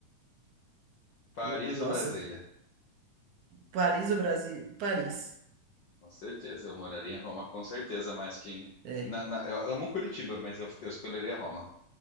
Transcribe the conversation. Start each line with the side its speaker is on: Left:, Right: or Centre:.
Left: Paris
Right: Pô, nossa.
Left: ou Brasília.
Right: Paris, o Brasil. Paris.
Left: Com certeza, eu moraria em Roma, com certeza, mas quem.
Right: É.
Left: Na, na- eu amo Curitiba, mas eu, eu escolheria Roma.